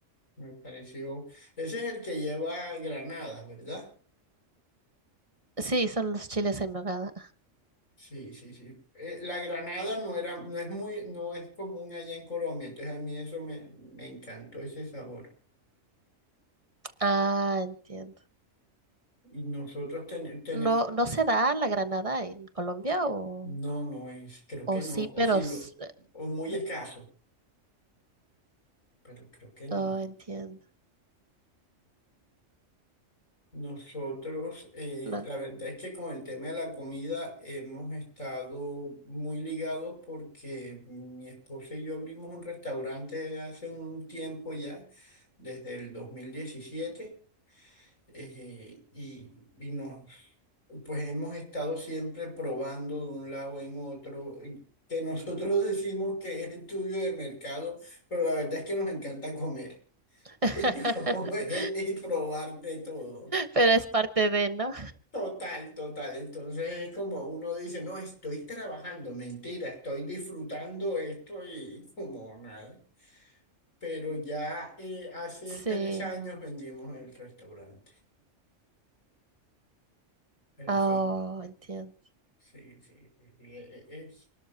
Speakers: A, on the left; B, on the right.
A: Me pareció, ese es el que lleva granadas, ¿verdad?
B: Sí, son los chiles en nogada.
A: Sí, sí, sí. Eh, la granada no era, no es muy, no es común allá en Colombia, entonces a mí eso me, me encantó ese sabor.
B: Ah, entiendo.
A: Y nosotros ten, ten-
B: ¿No, no se da la granada en Colombia o,
A: no, no es, creo
B: o
A: que no,
B: sí,
A: o
B: pero...
A: sí
B: s-
A: lo,
B: eh,
A: o muy
B: ¿no?
A: escaso, pero creo que no.
B: Ah, entiendo.
A: Nosotros, eh,
B: No.
A: la verdad es que con el tema de la comida hemos estado muy ligados porque mi esposa y yo abrimos un restaurante hace un tiempo ya, desde el 2017. eh, y, y nos, pues hemos estado siempre probando de un lado en otro, eh, que nosotros <laughs> decimos que es estudio de mercado, pero la verdad es que nos encanta comer
B: <laughs>
A: y, pro- <laughs> y probar de todo.
B: Pero es parte de, ¿no?
A: Total, total. Entonces es como uno dice, no, estoy trabajando, mentira, estoy disfrutando esto y <laughs> como nada. Pero ya eh, hace
B: Sí.
A: tres años vendimos el restaurante, pero
B: Oh,
A: fue
B: entiendo.
A: Sí, sí, sí, sí, e- e- Es,